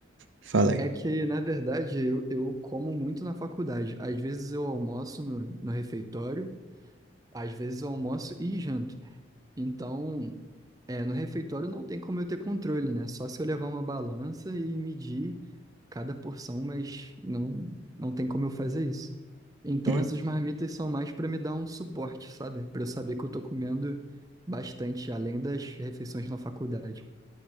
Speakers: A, on the right (about 70°); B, on the right (about 20°).
A: fala aí.
B: É que, na verdade, eu, eu como muito na faculdade. Às vezes eu almoço no, no refeitório, às vezes eu almoço e janto. Então, é, no refeitório não tem como eu ter controle, né? Só se eu levar uma balança e medir cada porção, mas não, não tem como eu fazer isso. Então,
A: Hum,
B: essas marmitas são mais para me dar um suporte, sabe? Para eu saber que eu tô comendo bastante, além das refeições na faculdade.